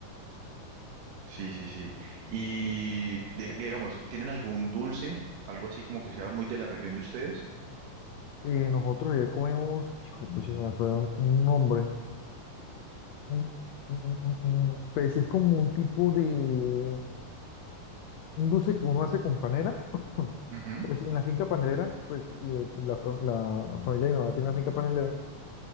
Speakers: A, on the right; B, on the left.
A: Sí, sí, sí. Y de- digamos, ¿tienen algún dulce? Algo así como que sea muy de la región de ustedes.
B: eh, nosotros allá comemos, hijo de pucha, se me fue un un nombre, Mm, mm, mm, mm, mm. pues es como un tipo de, un dulce que uno hace con panela, <laughs> <clears throat>
A: Ujú,
B: pues en la finca panelera, pues eh, la, fa- la familia de mi mamá tiene una finca panelera,